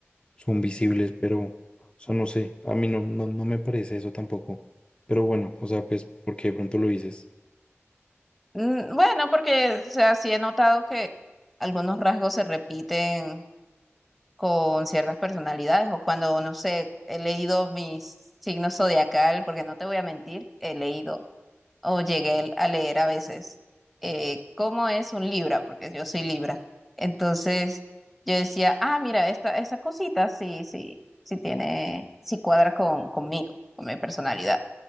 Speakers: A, on the left (about 20°); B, in the centre.
A: son visibles, pero, o sea, no sé. A mí no, no, no me parece eso tampoco. Pero bueno, o sea, pues porque de pronto lo dices.
B: Mm, Bueno, porque, o sea, sí he notado que algunos rasgos se repiten con ciertas personalidades o cuando, no sé, he leído mis signos zodiacal, porque no te voy a mentir, he leído o llegué a leer a veces eh, cómo es un libra, porque yo soy libra. Entonces yo decía, ah, mira, esta, esta cosita sí, sí, sí tiene, sí cuadra con, conmigo, con mi personalidad.